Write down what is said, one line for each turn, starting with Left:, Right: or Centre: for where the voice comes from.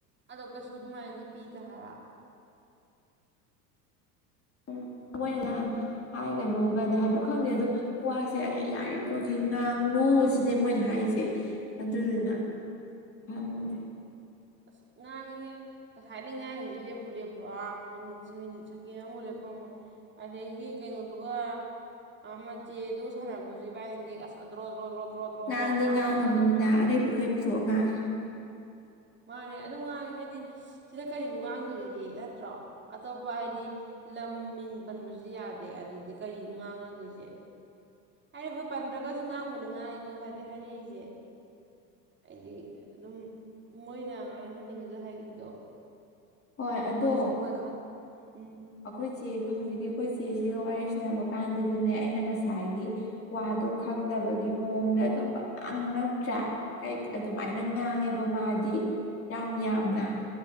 Right: ꯑꯗꯣ ꯀꯩꯁꯨ ꯑꯗꯨꯃꯥꯏꯅꯗꯤ ꯄꯤꯗꯦ ꯍꯥꯏꯕ
Left: ꯎꯝ ꯃꯣꯏꯅ ꯅꯍꯥꯟ ꯍꯥꯏꯒꯅꯨꯒꯗꯤ ꯍꯥꯏꯕꯗꯣ ꯈꯪꯗꯦ ꯑꯗꯨꯗꯣ ꯋꯥꯁꯦ ꯑ ꯌꯥꯔꯤꯕ ꯃꯈꯩ ꯉꯥꯡꯉꯨ ꯁꯤꯅꯦ ꯃꯣꯏꯅ ꯍꯥꯏꯔꯤꯁꯦ ꯑꯗꯨꯗꯨꯅ ꯈꯪꯗꯦ
Right: ꯑꯁ ꯉꯥꯡꯉꯤꯍꯦ ꯉꯁꯥꯏꯗꯒꯤ ꯉꯥꯡꯉꯤꯁꯤꯦ ꯂꯦꯞꯄꯨ ꯂꯦꯞꯄ꯭ꯔꯣ ꯃꯤꯅꯤꯠꯁ ꯃꯤꯅꯤꯠ ꯁꯦꯀꯦꯟ ꯑꯃꯨꯛ ꯂꯦꯞꯄꯝꯃꯣꯏ ꯑꯗꯒꯤ ꯀꯩꯅꯣꯗꯨꯒ ꯃꯆꯦꯗꯨ ꯁꯥꯟꯅꯕꯗꯨꯁꯨ ꯏꯕꯥꯏꯅꯤꯒꯤ ꯑꯁ꯭ꯔꯣ ꯗ꯭ꯔꯣ ꯗ꯭ꯔꯣ ꯗ꯭ꯔꯣ
Left: ꯉꯥꯡꯗꯤ
Right: ꯗ꯭ꯔꯣ ꯃꯥꯅꯁꯨ
Left: ꯉꯥꯡꯉꯕꯅꯤꯅ
Right: ꯉꯥꯡꯉꯛꯀꯅꯤ
Left: ꯑꯔꯩꯕꯈꯩ ꯄꯨꯊꯣꯛꯑ ꯉꯥꯡꯉꯤ
Right: ꯃꯥꯅꯦꯦ ꯑꯗꯨꯝ ꯉꯥꯡꯉꯦ ꯍꯥꯏꯗꯤ ꯁꯤꯗ ꯀꯔꯤꯕꯨ ꯉꯥꯡꯗꯣꯏꯔꯤꯒꯦ ꯅꯠꯇ꯭ꯔꯣ ꯑꯇꯣꯞꯄ ꯍꯥꯏꯗꯤ ꯂꯝ ꯃꯤꯡ ꯄꯟꯕꯁꯨ ꯌꯥꯗꯦ ꯑꯗꯨꯗꯤ ꯀꯔꯤꯅꯣ ꯉꯥꯡꯉꯗꯣꯏꯁꯦ ꯍꯥꯏꯔꯦ ꯑꯩ ꯍꯣꯏ ꯄꯟꯗ꯭ꯔꯒꯁꯨ ꯉꯥꯡꯕꯨꯅꯤ ꯉꯥꯡꯉꯤꯀꯣ ꯉ ꯍꯥꯏꯗꯤ ꯍꯥꯏꯅꯔꯤꯁꯦ ꯍꯥꯏꯗꯤ ꯑꯗꯨꯝ ꯃꯣꯏꯅ ꯉꯥꯡꯍꯟꯅꯤꯡꯉꯤꯗ ꯍꯥꯏꯗꯤꯗꯣ
Left: ꯍꯣꯏ ꯑꯗꯣ
Right: ꯃꯣꯏꯁꯨ ꯃꯣꯏꯈꯛ ꯎꯝ
Left: ꯑꯩꯈꯣꯏ ꯆꯦ ꯍꯧꯖꯤꯛꯀꯤ ꯑꯩꯈꯣꯏ ꯆꯦꯁꯤꯒ ꯋꯥꯔꯤꯔ ꯁꯟꯅꯕ ꯀꯥꯟꯗꯗꯤꯅꯦ ꯑꯩꯅ ꯉꯁꯥꯏꯒꯤ ꯋꯥꯗꯣ ꯈꯪꯗꯕꯒꯤ ꯃꯑꯣꯡꯗ ꯑꯗꯨꯝ ꯐꯖꯅ ꯉꯛꯇ꯭ꯔꯦ ꯑꯗꯨꯃꯥꯏꯅ
Right: ꯎꯝ
Left: ꯉꯥꯡꯉꯦꯕ ꯃꯥꯗꯤ ꯗꯤ ꯌꯥꯝ ꯌꯥꯝꯅ
Right: ꯎꯝ